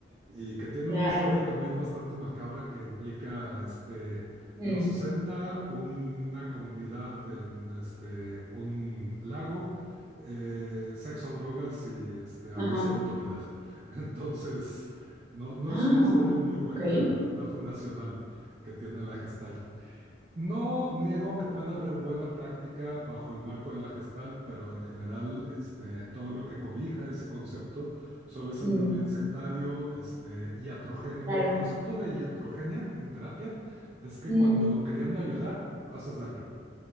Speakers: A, on the right; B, on the right.
A: y que tiene
B: claro.
A: una historia también bastante macabra que implica este los
B: Mm,
A: 60, una comunidad en este, un lago, eh, sexo, drogas y este, abuso
B: ajá.
A: de autoridad. <laughs> Entonces, no, no
B: Ah,
A: es una historia muy buena
B: ok.
A: la fundacional que tiene la Gestalt. No niego que pueda haber buena práctica bajo el marco de la Gestalt, pero en general, este, todo lo que cobija ese concepto suele ser
B: Mm,
A: también sectario, este, iatrogénico.
B: claro.
A: El concepto de iatrogenia en terapia es que
B: Mm,
A: cuando queriendo ayudar, haces daño.